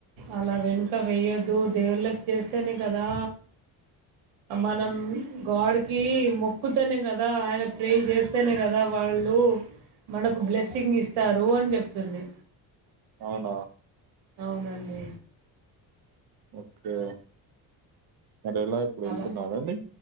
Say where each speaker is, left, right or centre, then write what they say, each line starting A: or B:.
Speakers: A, on the right; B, on the right.
A: అలా వెనుక వేయ్యొద్దు దేవుళ్ళకి చేస్తేనే కదా మనము గాడ్కి మొక్కుతనే కదా ఆయన ప్రే చేస్తేనే కదా వాళ్ళు మనకు బ్లెస్సింగ్ ఇస్తారు అని చెప్తుంది
B: అవునా
A: అవునండి
B: ఓకే మరి ఎలా ఇప్పుడు వెళ్తున్నారండి
A: అలా